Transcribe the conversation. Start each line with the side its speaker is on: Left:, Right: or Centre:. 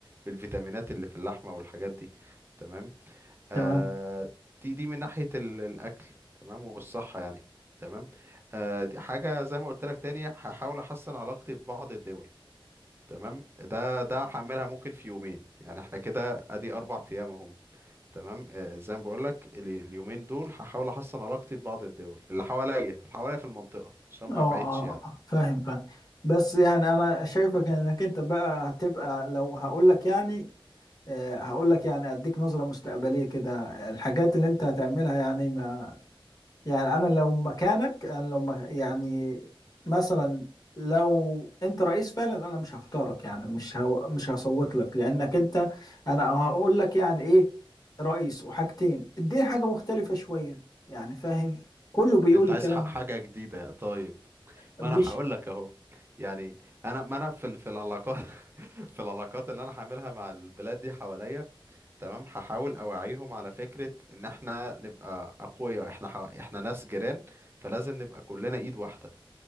Right: بالفيتامينات اللي في اللحمة والحاجات دي تمام آه
Left: تمام
Right: دي دي من ناحية ال... الاكل تمام والصحة يعني تمام آه دي حاجة زي ما قلت لك تاني هحاول احسن علاقتي ببعض الدول تمام ده ده هعملها ممكن في يومين يعني احنا كده ادي اربع ايام اهم تمام آه زي ما بقول لك ال- اليومين دول هحاول احسن علاقتي ببعض الدول اللي حواليا اللي حواليا في المنطقة عشان ما
Left: اه اه آه،
Right: ابعدش يعني
Left: آه. فاهم فاهم بس يعني انا شايفك انك انت بقى هتبقى لو هقول لك يعني آه، هقول لك يعني اديك نظره مستقبليه كده الحاجات اللي انت هتعملها يعني ما يعني انا لو مكانك انا لو مك... يعني مثلا لو انت رئيس فعلا انا مش هختارك يعني مش هو... مش هصوت لك لانك انت انا هقول لك يعني ايه رئيس وحاجتين اديني حاجة مختلفة شوية يعني فاهم كله بيقول
Right: انت
Left: الكلام
Right: عايز حق حاجة جديدة طيب
Left: ده،
Right: ما
Left: مش
Right: انا هقول لك اهو يعني انا ما انا في ال- في العلاقات <laughs> في العلاقات اللي انا هعملها مع البلاد دي حواليا تمام هحاول اوعيهم على فكرة ان احنا نبقى اقوياء احنا ح... احنا ناس جيران فلازم نبقى كلنا ايد واحدة